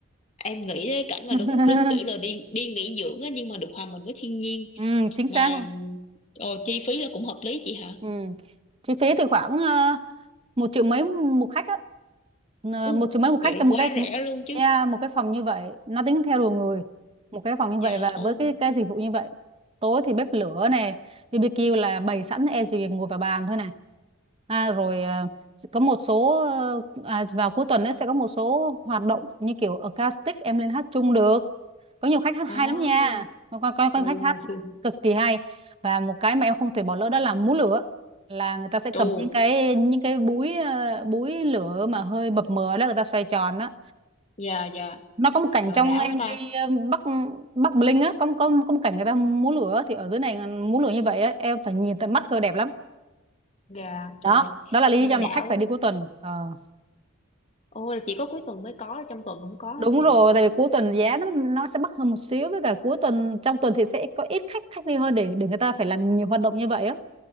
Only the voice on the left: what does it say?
em nghĩ đến cảnh mà
đúng đúng kiểu là đi đi nghỉ dưỡng á nhưng mà được hòa mình với thiên nhiên
mà
ồ chi phí là cũng hợp lý chị hả
u
vậy
quá
rẻ luôn chứ
dạ
ô
oh
ồ
trù
dạ dạ
trời
đã
quá ta
dạ trời
nghe
đã
quá
ô là chỉ có cuối tuần mới có trong tuần không có
hả chị